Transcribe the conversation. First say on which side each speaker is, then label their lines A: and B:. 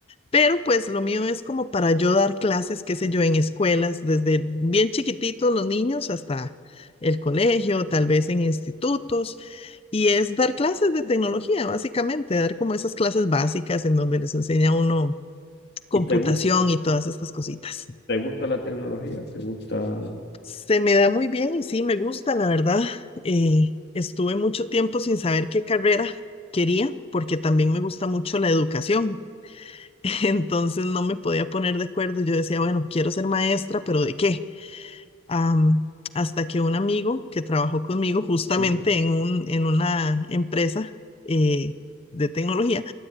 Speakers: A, on the left; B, on the left.
A: pero pues lo mío es como para yo dar clases, qué sé yo, en escuelas, desde bien chiquititos los niños hasta el colegio, tal vez en institutos, y es dar clases de tecnología, básicamente, dar como esas clases básicas en donde les enseña a uno computación
B: ¿Y te gusta,
A: y todas estas cositas.
B: te gusta la tecnología? ¿Te gusta?
A: Se me da muy bien y sí, me gusta, la verdad. Eh, estuve mucho tiempo sin saber qué carrera quería, porque también me gusta mucho la educación. <laughs> Entonces no me podía poner de acuerdo. Yo decía, bueno, quiero ser maestra, pero ¿de qué? Am, hasta que un amigo que trabajó conmigo justamente
B: Sí.
A: en un, en una empresa eh, de tecnología,